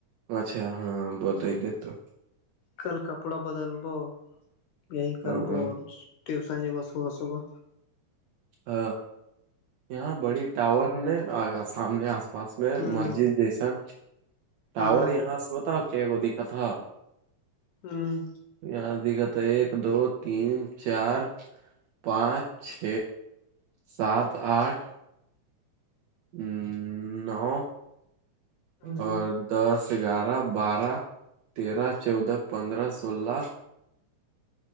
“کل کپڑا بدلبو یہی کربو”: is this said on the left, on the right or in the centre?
Left